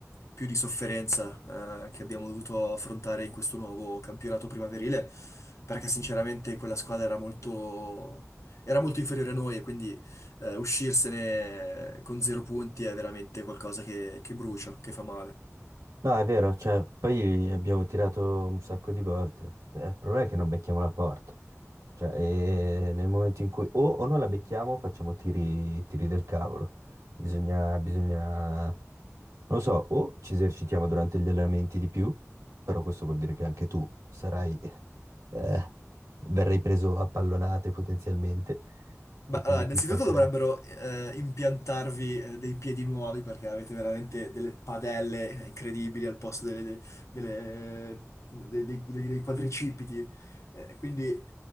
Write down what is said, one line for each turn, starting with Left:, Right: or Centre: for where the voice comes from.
Left: più di sofferenza, eh, che abbiamo dovuto affrontare in questo nuovo campionato primaverile, perché sinceramente quella squadra era molto, era molto inferiore a noi e quindi eh, uscirsene con zero punti è veramente qualcosa che, che brucia, che fa male.
Right: No, è vero, cioè, poi abbiamo tirato un sacco di volte. Eh, il problema è che non becchiamo la porta. Cioè, eh, nel momento in cui o, o non la becchiamo, facciamo tiri, tiri del cavolo. Bisogna, bisogna, non lo so, o ci esercitiamo durante gli allenamenti di più, però questo vuol dire che anche tu sarai, eh, verrai preso a pallonate potenzialmente
Left: Ma
Right: e quindi
Left: allora, innanzitutto
Right: ti stancherai.
Left: dovrebbero eh, impiantarvi eh, dei piedi nuovi perché avete veramente delle padelle incredibili al posto delle- delle- delle- dei, dei- dei quadricipiti. Eh, quindi